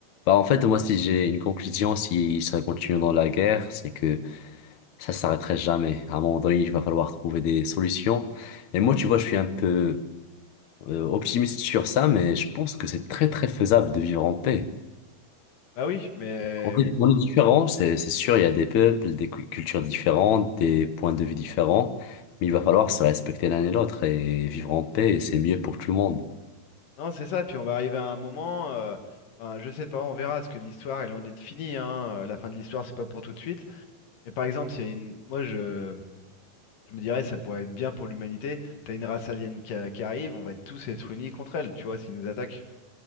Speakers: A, on the left; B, on the left.
A: bah, en fait, moi, si j'ai une conclusion, si ça continue dans la guerre, c'est que ça s'arrêterait jamais. À un moment donné, il va falloir trouver des solutions. Et moi, tu vois, je suis un peu euh, optimiste sur ça, mais je pense que c'est très très faisable de vivre en paix.
B: Bah oui, mais
A: On est, on est différents, c'est c'est sûr, il y a des peuples, des cu- cultures différentes, des points de vue différents, mais il va falloir se respecter l'un et l'autre et vivre en paix, et c'est mieux pour tout le monde.
B: non c'est ça, puis on va arriver à un moment, euh, enfin, je sais pas, on verra, parce que l'histoire est loin d'être finie, hein. La fin de l'histoire c'est pas pour tout de suite. Mais par exemple, s'il y a une... moi je... je me dirais ça pourrait être bien pour l'humanité. T'as une race alien qui, a- qui arrive, on va tous être unis contre elle, tu vois, s'ils nous attaquent. Tu